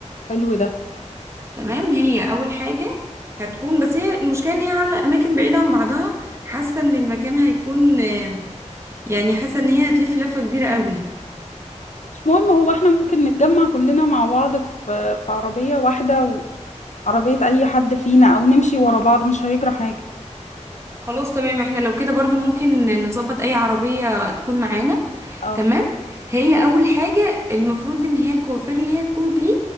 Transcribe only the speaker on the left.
حلو ده
مش مهم هو احنا ممكن نتجمع كلنا مع بعض في في عربية واحدة وعربية اي حد فينا او نمشي ورا بعض مش هيجرى حاجة
اه